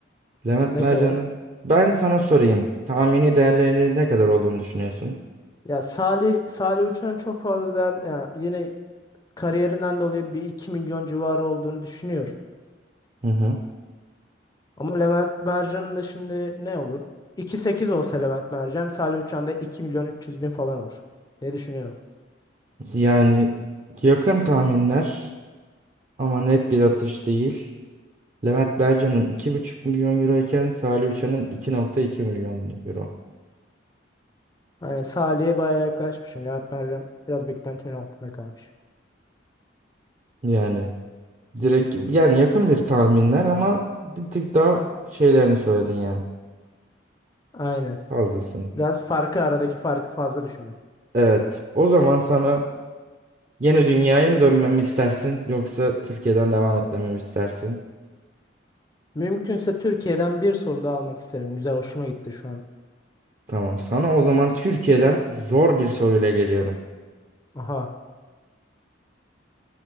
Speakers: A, on the right (about 35°); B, on the left (about 20°).
A: Levent
B: Ne
A: Mercan'ın
B: kadar?
A: ben sana sorayım. Tahmini değerlerini ne kadar olduğunu düşünüyorsun?
B: Ya Salih Salih Uçan çok fazla değer yani yine kariyerinden dolayı bir 2 milyon civarı olduğunu düşünüyorum.
A: Hı hı.
B: Ama Levent Mercan'ın da şimdi ne olur? 2.8 olsa Levent Mercan, Salih Uçan da 2 milyon 300 bin falan olur. Ne düşünüyorum?
A: Yani yakın tahminler ama net bir atış değil. Levent Bercan'ın iki buçuk milyon euro iken Salih Uçan'ın iki nokta iki milyon euro.
B: Yani Salih'e bayağı yaklaşmışım. Levent Mercan biraz beklentimin altında kalmış.
A: Yani direkt yani yakın bir tahminler ama bir tık daha şeylerini söyledin yani
B: Aynen.
A: fazlasını.
B: Biraz farkı aradaki farkı fazla düşündüm.
A: Evet o zaman sana yine dünyaya mı dönmemi istersin yoksa Türkiye'den devam etmemi istersin?
B: Mümkünse Türkiye'den bir soru daha almak isterim. Güzel hoşuma gitti şu an.
A: Tamam sana o zaman Türkiye'den zor bir soruyla geliyorum.
B: Aha